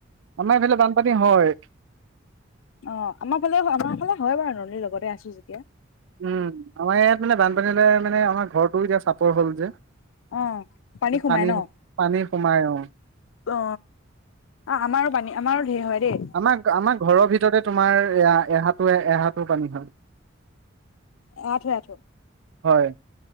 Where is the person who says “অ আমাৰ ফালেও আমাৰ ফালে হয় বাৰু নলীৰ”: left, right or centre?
Left